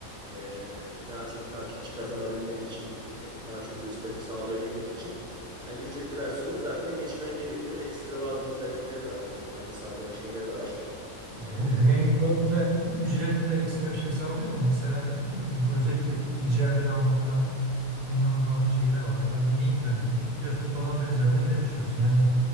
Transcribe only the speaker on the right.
Bu
güvenlik boyutunda ücretliler ekstra bir şey sağlıyor mu? Mesela e, bu özellikle ticari anlamda kullanılan şeyler var. Adam bir link gönderiyor. Tıklıyorsun dolandırıcıların eline düşüyorsun. Yani